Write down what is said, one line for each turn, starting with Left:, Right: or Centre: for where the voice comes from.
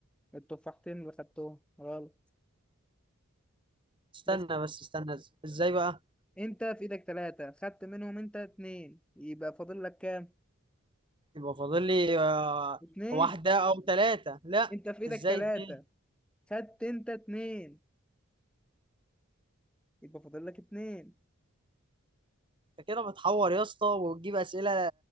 Centre: التفاحتين اللي خدتهم غلط
Right: استنى
Centre: اسم
Right: بس استنى إز- ازاي بقى
Centre: انت في ايدك تلاتة خدت منهم انت اتنين يبقى فاضل لك كام
Right: يبقى فاضل لي آه
Centre: اتنين
Right: واحدة او تلاتة لا
Centre: انت في ايدك
Right: ازاي
Centre: تلاتة
Right: اتنين
Centre: خدت انت اتنين يبقى فاضل لك اتنين
Right: انت كده بتحور يا اسطى وتجيب اسئلة